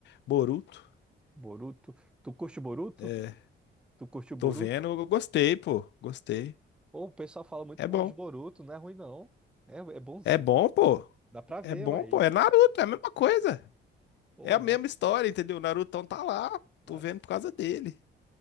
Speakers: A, on the left; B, in the centre.
A: Boruto.
B: Boruto. Tu curte o Boruto?
A: É,
B: Tu curte o Boruto?
A: tô vendo, eu gostei, pô. Gostei.
B: Pô, o pessoal fala muito
A: É bom.
B: mal de Boruto, não é ruim, não. É, é bonzinho.
A: É bom, pô.
B: Dá pra ver,
A: É bom,
B: uai.
A: pô. É Naruto, é a mesma coisa.
B: Pô,
A: É a mesma
B: velho
A: história, entendeu? O Narutão tá lá.
B: Naruto.
A: Tô vendo por causa dele.